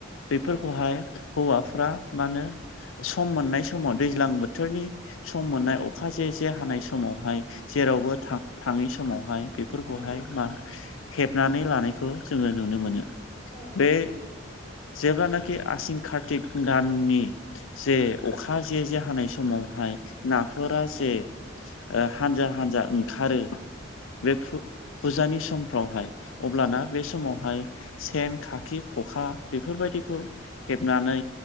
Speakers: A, on the left; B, on the right.
A: बेफोरखौहाय
B: औ
A: हौवाफ्रा मा होनो सम मोननाय समाव दैज्लां बोथोरनि सम मोननाय अखा जे जे जसे
B: औ
A: हानाय समावहाय जेरावबो थाङै समावहाय बेफोरखौहाय
B: औ नंगौ नोंथां
A: मा हेबनानै लानायखौ जोङो नुनो मोनो।
B: औ
A: बे जेब्लानाखि आसिन कार्तिक दाननि जे अखा जे जे हानाय समावहाय नाफोरा
B: औ
A: जे हानजा हानजा ओंखारो बे फुजानि समफ्रावहाय अब्लाना
B: औ
A: बे समावहाय सेन खाखि ख'खा बेफोरबायदिखौ हेबनानै